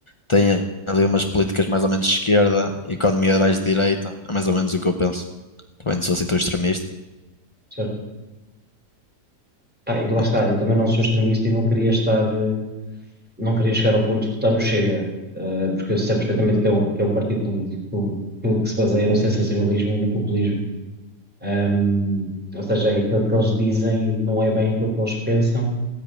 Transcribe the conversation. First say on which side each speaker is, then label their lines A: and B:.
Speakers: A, on the left; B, in the centre.
A: Têm ali umas políticas mais ou menos de esquerda, economia mais de direita, é mais ou menos o que eu penso. Também não sou assim tão extremista.
B: certo. Pá, e lá
A: Pronto.
B: está, eu também não sou extremista e não queria estar, eh, não queria chegar ao ponto de votar no Chega, eh, porque eu sei perfeitamente que é um, que é um partido político que, que se baseia no sensacionalismo e no populismo. Ahm, ou seja, é aquilo que eles dizem não é bem aquilo que eles pensam,